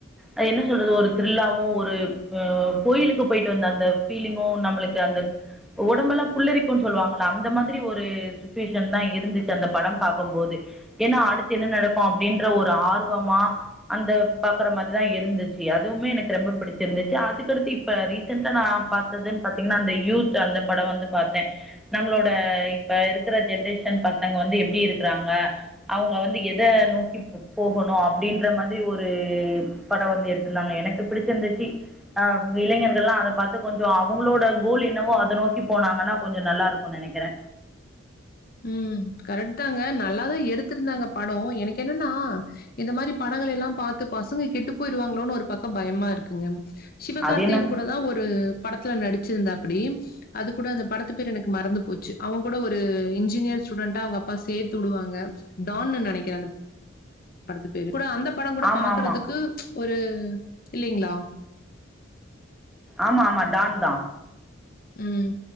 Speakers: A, in the centre; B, on the left.
A: அ என்ன சொல்றது ஒரு த்ரில்லாவு ஒரு அ கோயிலுக்கு போயிட்டு வந்த அந்த ஃபீலிங்கு நம்மளுக்கு அந்த ஒடம்பெல்லா புள்ளரிக்குன் சொல்லுவாங்கள அந்த மாதிரி ஒரு சுச்சுவேஷன்தா இருந்துச்சு அந்த படம் பாக்கம்போது ஏனா அடுத்து என்ன நடக்கு அப்படின்ற ஒரு ஆர்வமா அந்த பாக்குற மாதிரிதா இருந்துச்சு அதுவுமே எனக்கு ரொம்ப புடிச்சிருந்துச்சு அதுக்கடுத்து இப்ப ரீசென்டா நா பாத்ததுன் பாத்தீங்கன்னா அந்த யூத் அந்த படோ வந்து பாத்தே நம்மளோட இப்ப இருக்குற ஜென்ரேஷன் பசங்க வந்து எப்டி இருக்குறாங்க அவங்க வந்து எத நோக்கி போ போகணு அப்படின்ற மாதிரி ஒரு படோ வந்து எடுத்திருந்தாங்க எனக்கு பிடிச்சிருந்துச்சு ஆஹ் இளைஞர்கள்லா அத பாத்து கொஞ்சொ அவங்களோட கோல் என்னவோ அத நோக்கி போனாங்கன்னா கொஞ்சொ நல்லா இருக்கு நெனைக்குறே
B: உம் கரெக்ட் தாங்க நல்லாதா எடுத்திருந்தாங்க படோ எனக்கு என்னனா இது மாரி படங்களெல்லா பாத்து பசங்க கெட்டு போயிருவாங்களோனு ஒரு பக்கொ பயமா இருக்குங்க சிவகார்த்தியன்
A: அது என்னமோ
B: கூடதா ஒரு படத்துல நடிச் ச்சிருந்தாப்பிடி அது கூட அந்த படத்து பேர் எனக்கு மறந்து போச்சு அவ கூட ஒரு இங் இன்ஜீனியர் ஸ்டூடண்ட்டா அவங்க அப்பா சேத்து உடுவாங்க டான்னு நெனைக்கிற அந்த படத்து பேரு கூட அந்த படோ கூட
A: ஆமா
B: பாக்கறதுக்கு
A: ஆமா
B: ஒரு இல்லைங்களா
A: ஆமா ஆமா டான் தா
B: ம்